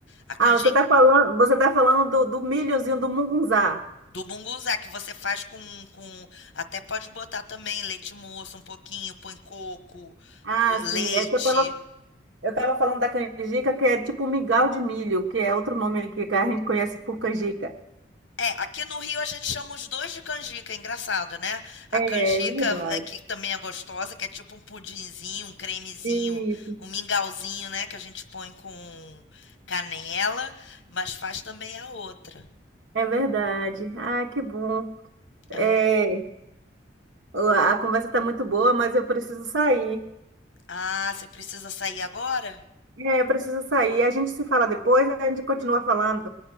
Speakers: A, on the left (about 75°); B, on the right (about 80°).
A: A canjiquinha
B: Ah, você está falando, você tá falando do, do milhozinho do mungunzá.
A: Do munguzá, que você faz com, com. Até pode botar também leite moço, um pouquinho, põe coco,
B: Ah,
A: do- leite.
B: sim, é que eu estava eu tava falando da canjica, que é tipo migal de milho, que é outro nome aqui que a gente conhece por canjica.
A: É, aqui no Rio a gente chama os dois de canjica, é engraçado, né? A
B: É
A: canjica,
B: é verdade.
A: é, que também é gostosa, que é tipo um pudinzinho, um cremezinho,
B: Isso,
A: um mingauzinho, né? Que a gente põe com canela, mas faz também a outra.
B: é verdade. Ah, que bom. É.
A: É muito.
B: A conversa está muito boa, mas eu preciso sair.
A: Ah, você precisa sair agora?
B: É, eu preciso sair. A gente se fala depois, a gente continua falando.